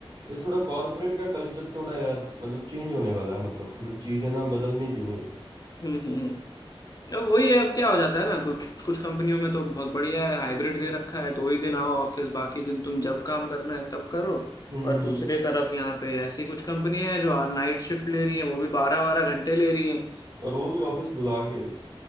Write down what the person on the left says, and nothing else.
हम्म, अब वही है अब क्या हो जाता है ना कुछ कुछ कंपनियों में तो बहुत बढ़िया है हाइब्रिड दे रखा है तो वही दिन आओ ऑफिस बाकी दिन तुम जब काम करना है तब करो
और
दूसरी तरफ यहाँ पे ऐसी कुछ कंपनियां हैं जो नाइट शिफ्ट ले रही हैं वो भी बारह बारह घंटे ले रही हैं